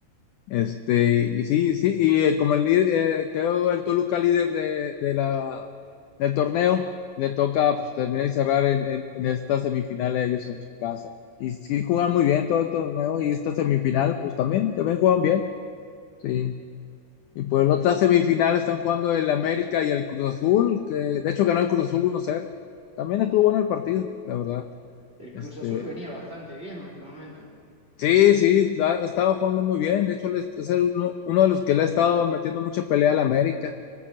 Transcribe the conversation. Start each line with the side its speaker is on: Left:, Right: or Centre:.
Left: Este, y sí, sí, y eh, como el líder, eh, quedó el Toluca líder de, de la, del torneo, le toca pues, terminar y cerrar en, en, en esta semifinal a ellos en su casa. Y sí juegan muy bien todo el torneo y esta semifinal, pues también, también juegan bien. Sí. Y por la otra semifinal están jugando el América y el Cruz Azul, que de hecho ganó el Cruz Azul uno 0 También estuvo bueno el partido, la verdad.
Right: El
Left: Este,
Right: Cruz Azul venía bastante bien últimamente. <laughs>
Left: Sí, sí, la- ha estado jugando muy bien. De hecho, le- es el uno, uno de los que le ha estado metiendo mucha pelea al América.